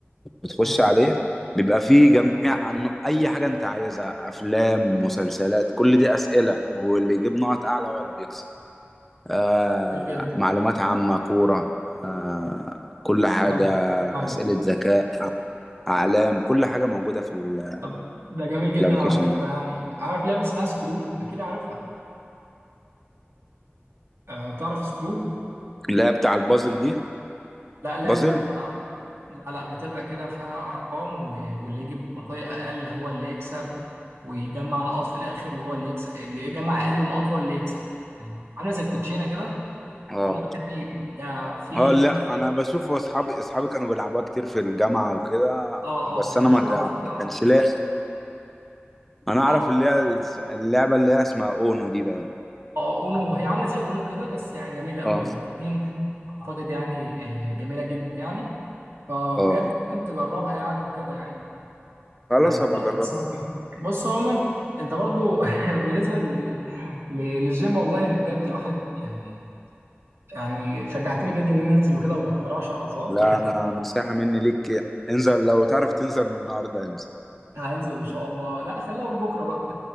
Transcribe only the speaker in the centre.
بتخش
عليه بيبقى فيه جميع عنه اي حاجه انت عايزها افلام مسلسلات كل دي اسئله واللي يجيب نقط اعلى هو اللي بيكسب آه
معلومات عامه كوره آه كل حاجه
اسئله ذكاء اعلام كل حاجه موجوده في ال-
في الابليكيشن
ده
اللي هي بتاع البازل دي
بازل
اه
اه لا انا بشوف اصحابي اصحابي كانوا بيلعبوها كتير في الجامعه وكده
بس
انا
ما كا-
ما كانش لاقي انا اعرف
اللي هي الس- اللعبه اللي هي اسمها اونو دي بقى
اه
اه
خلاص
هبقى
اجربها
لا انا نصيحة مني ليك انزل لو تعرف تنزل من النهارده انزل